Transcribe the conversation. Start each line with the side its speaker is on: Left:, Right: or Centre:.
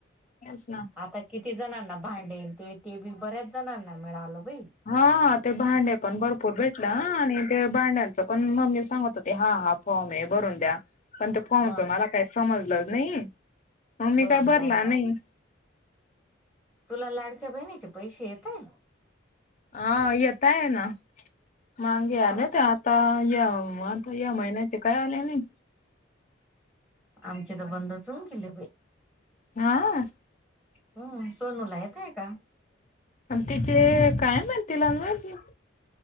Left: तेस ना.
Centre: आता किती जणांना भांडेन ते ते बी बऱ्याच जणांना मिळालं बाई.
Left: हाा ते भांडे पण भरपूर भेटलं आणि ते भांड्यांचं पण मम्मी सांगत होते हा हा. फॉर्म हे भरून द्या पण त्या फॉर्मच
Centre: मग
Left: मला काही समजलं नाही. मग मी
Centre: भरून
Left: काय भरला
Centre: द्यायला पाहिजे
Left: नाही.
Centre: तुला लाडक्या बहिणीचे पैसे येतय?
Left: हा येेतय ना मांगे आले
Centre: ह
Left: ते आ आता या आता या महिन्याचे काय आले नाही
Centre: आमचे तर बंदच होऊन गेले बाई
Left: हा.
Centre: हम्म सोनू ला येतय का.
Left: पण तिचे काय माहित तिलाच माहिती